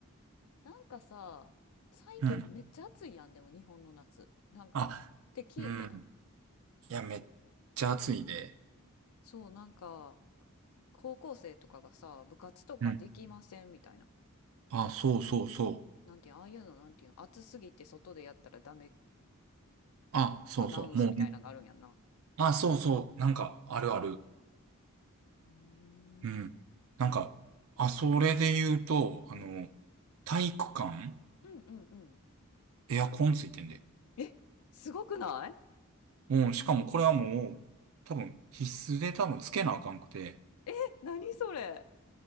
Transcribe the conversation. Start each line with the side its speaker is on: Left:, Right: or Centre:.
Left: あ。なんかさ、最近めっちゃ暑いやん、
Right: うん。
Left: でも日本の夏。なんか、
Right: あ、
Left: って聞いてん。
Right: うん。いや、めっちゃ暑いで。
Left: そう、なんか、高校生とかがさ、部活とかできませんみたいな。
Right: うん。あ、そうそうそう。
Left: なんていうん、ああいうの、なんていうん、暑すぎて外でやったらダメ
Right: あ、そうそう。
Left: アナウンスみたいなのがあるんやんな。
Right: もうね。あ、そうそう。なんか、あるある。
Left: うー
Right: うん。
Left: ん。
Right: なんか、あ、それで言うと、
Left: うん。
Right: あの、体育館
Left: うんうんうん。
Right: エアコンついてんで。
Left: え、すごくない
Right: うん。しかもこれはもう、多分、必須で多分つけなあかんくて。
Left: え、何それ